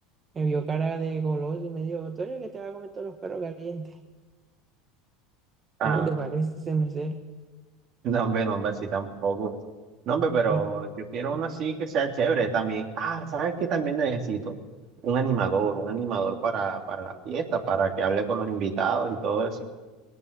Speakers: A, on the right (about 30°); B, on the right (about 50°).
A: Me vio cara de goloso y me dijo, tú eres el que te va a comer todos los perros calientes.
B: Ah,
A: ¿Cómo te parece ese mesero?
B: no, hombre, no, hombre, así tampoco. No, hombre, pero
A: Eh,
B: yo quiero uno así que sea chévere también. Ah, ¿sabes qué también necesito? Un animador, un animador para, para la fiesta, para que hable con los invitados y todo eso.